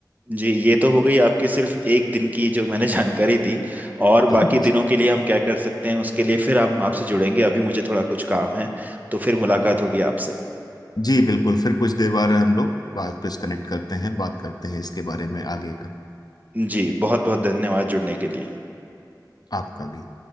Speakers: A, on the right (about 20°); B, on the left (about 60°).
A: जी ये तो हो गई आपकी सिर्फ एक दिन की जो मैंने <laughs> जानकारी दी और
B: <clears throat>
A: बाकी दिनों के लिए हम क्या कर सकते हैं उसके लिए फिर हम आपसे जुड़ेंगे अभी मुझे थोड़ा कुछ काम है तो फिर मुलाकात होगी आपसे
B: जी बिल्कुल फिर कुछ देर बाद हम लोग वापस कनेक्ट करते हैं बात करते हैं इसके बारे में आगे का
A: जी बहुत बहुत धन्यवाद जुड़ने के लिए
B: आपका भी